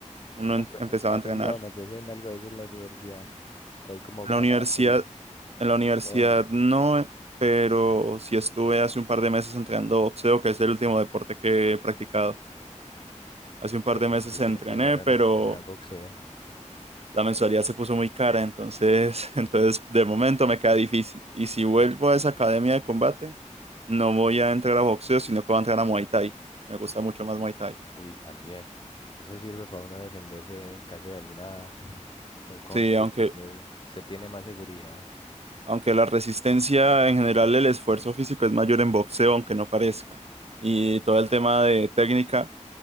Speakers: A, on the right; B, on the left.
A: uno
B: Y no,
A: en-
B: pe-
A: empezaba
B: eh, no
A: a
B: ha
A: entrenar.
B: pensado meterse en algo de eso en la universidad, que hay como
A: En
B: karate
A: la universidad,
B: y
A: en la universidad
B: con.
A: no, pero sí estuve hace un par de meses entrenando boxeo, que es el último deporte que he practicado. Hace
B: Yo
A: un
B: quiero,
A: par de meses
B: yo
A: entrené,
B: quiero empezar a
A: pero
B: la- entrenar boxeo.
A: la mensualidad se puso muy cara, entonces, <laughs> entonces de momento me queda difícil. Y si vuelvo a esa academia de combate, no voy a entrar a boxeo, sino que voy a entrar a Muay Thai. Me gusta mucho más Muay Thai.
B: Uy, también. Eso sirve para uno defenderse en caso de alguna, de un conflicto.
A: Sí, aunque,
B: Se, se tiene más seguridad
A: aunque la resistencia en general, el esfuerzo físico es mayor en boxeo, aunque no parezca. Y todo el tema de técnica.